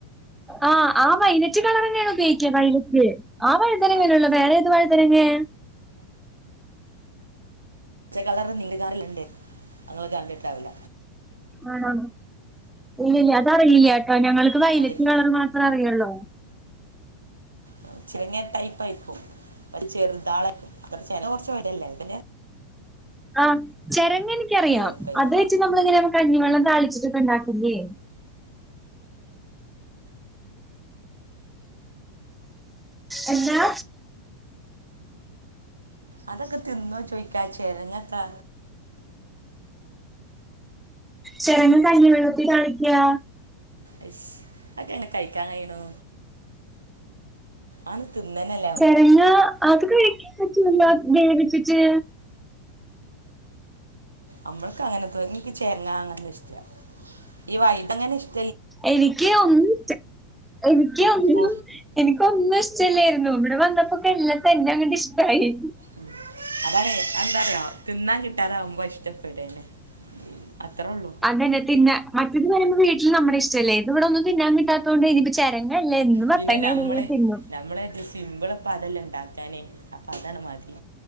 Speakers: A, in the centre; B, on the right (about 80°).
A: ആ ആ വയ്ലറ്റ് കളറെന്നേണ് ഉപയോഗിക്ക്യ വയലറ്റ് ആ വഴുതനങ്ങ
B: ആ
A: നൊള്ളു വേറെ ഏത് വഴു ഒറങ്ങേ
B: ച്ചകളറ് നീലുകാറില്ണ്ട്. അത് ഇങ്ങള് കണ്ടിട്ട് ആവുല.
A: ആണോ ഇല്യല്ല അതറിയില്ല കെട്ടോ ഞങ്ങൾക്ക് വയ്ലറ്റ്
B: അതിരിക്കും
A: കളർ മാത്രം അറിയൊള്ളോ
B: ഉം ചെങ്ങേ ടൈപ്പ് ആയിരിക്കും. പക്ഷ് ചെറുതാളക്കും അ ചേന കൊറച്ച് വടല്ലേ ഇതെന്നെ
A: ആ ചെരങ്ങ എനിക്കറിയാം.
B: വലുപ്പമായിക്കാണ്
A: അത് വെച്ച് നമ്മള് ഇങ്ങനെയാ കഞ്ഞിവെള്ളം താളിച്ചിട്ട് ഒക്കെ ഇണ്ടാക്കി ല്യെ എന്നാ
B: അതൊക്കെ തിന്നോ ചോയ്ക്കാ ചേരങ്ങക്കാ
A: ചെരങ്ങ കഞ്ഞി വെളത്തി താളിക്കാ
B: അശ് അത് എങ്ങനെ കഴിക്കാൻ കഴിണു ആണ് തിന്നെനല്ലേ
A: ചെരങ്ങ അത് കഴിക്കാൻ പറ്റുലല്ലോ അത് വേവിച്ചിട്ട്
B: അമ്മള്ക്ക് അങ്ങനെ തോ ഇൻക്ക് ചെർങ്ങാ അങ്ങനെ ഇഷ്ടല്യ. ഈ വൈുതങ്ങനെ ഇഷ്ട
A: എനിക്ക് ഒന്നും ഛേ എനിക്ക് ഒന്നും
B: പോ
A: എനിക്കൊന്നും ഇഷ്ട ഇല്ലേര്ന്നു. ഇവടെ വന്നപ്പോ ഒക്കെ എല്ലാ തന്നെ അങ്ങോട്ട് ഇഷ്ടായി.
B: ഉം അതാണ് അ എന്താ റ്യാെ തിന്നാൻ കിട്ടാതകുമ്പോ ഇഷ്ടപ്പെടന്നെ. അത്ര ഒള്ളൂ
A: അതന്നെ തീന്ന മറ്റേത് എന്ന് പറയുപ്പോ വീ ഈ നമ്മടെ ഇഷ്ടല്ലേ ഇത് ഇവടെ ഒന്നും തിന്നാൻ കിട്ടാത്ത കൊണ്ട് ഇനിപ്പ ചെരങ്ങെല്ലേ എന്ത് മത്തങ്ങ
B: പിന്നെ നമ്മളെ
A: ഏണേലും തിന്നും
B: നമ്മളെ എദ്ദേശി ഉം ഇമ്പളെ ഇപ്പ അത് അല്ലേ ഇണ്ടാക്കാനേ അപ്പ അതാണ് മതി